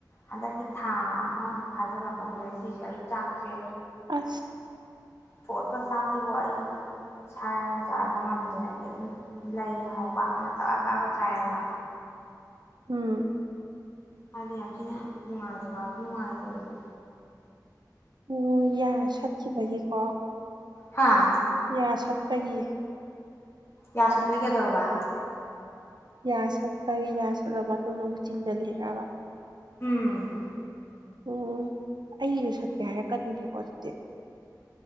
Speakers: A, on the left; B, on the right.
A: ꯍꯟꯗꯛꯀꯤ ꯊꯥ ꯑꯃꯃꯨꯛ ꯐꯥꯖꯤꯜꯂꯛꯀꯗꯔꯦ ꯁꯤꯁꯦ ꯑꯩ ꯆꯥꯛꯁꯦ
B: ꯑ
A: ꯐꯣꯠ ꯑ ꯆꯥꯛꯁꯤꯕꯨ ꯑꯩ ꯁꯥꯏꯔꯒ ꯆꯥꯏꯕ ꯉꯝꯗꯦ ꯍꯥꯏꯗꯤ ꯑꯗꯨꯝ ꯂꯩ ꯉꯉꯧꯧꯕ ꯀꯅ ꯇꯛꯑ ꯇꯛꯑꯒ ꯆꯥꯏꯑꯕ
B: ꯎꯝ
A: ꯑꯗꯨꯗꯤ ꯌꯥꯝ ꯊꯤꯅ ꯅꯨꯡꯉꯥꯏꯇ ꯕꯥꯕ ꯅꯨꯡꯉꯥꯏꯇ ꯑꯗꯨꯗꯤ
B: ꯑꯣ ꯌꯥ ꯆꯠꯈꯤꯕꯒꯤꯀꯣ
A: ꯍꯥꯥ
B: ꯌꯥꯁꯠꯄꯒꯤ
A: ꯌꯥ ꯁꯠꯄꯩ ꯀꯩꯗꯧꯔꯕ
B: ꯌꯥ ꯁꯠꯄꯩ ꯌꯥ ꯁꯠꯂ ꯃꯇꯨꯡꯗ ꯃꯨꯛ ꯆꯤꯡꯖꯟꯂꯤꯔꯕ
A: ꯎꯝ
B: ꯎꯝ ꯑꯩꯒꯤꯖꯨ ꯁꯠꯀꯦ ꯍꯥꯏꯔꯛꯀꯅꯤꯅꯦꯀꯣ ꯑꯗꯨꯗꯤ